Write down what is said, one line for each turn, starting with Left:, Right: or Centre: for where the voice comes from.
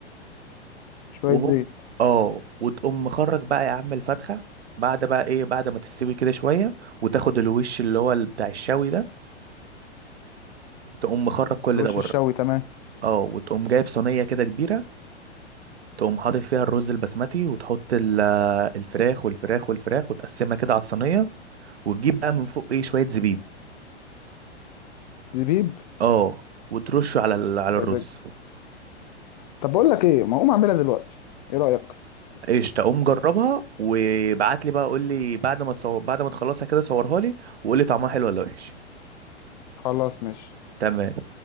Left: شوية
Right: وهوب
Left: زيت
Right: اه وتقوم مخرج بقى يا عم الفرخة بعد بقى ايه بعد ما تستوي كده شوية وتاخد الوش اللي هو ال- بتاع الشوي ده تقوم مخرج كل
Left: الوش
Right: ده بره
Left: الشوي تمام
Right: اه وتقوم جايب صينية كده كبيرة تقوم حاطط فيها الرز البسمتي وتحط ال- الفراخ والفراخ والفراخ وتقسمها كده على الصينية وتجيب بقى من فوق ايه شوية زبيب
Left: زبيب
Right: اه وترشه على ال- على
Left: ده
Right: الرز
Left: ده طب بقول لك ايه ما اقوم اعملها دلوقتي ايه رأيك
Right: ايش تقوم جربها وابعت لي بقى قول لي بعد ما تصور بعد ما تخلصها كده صورها لي وقول لي طعمها حلو ولا وحش
Left: خلاص ماشي
Right: تمام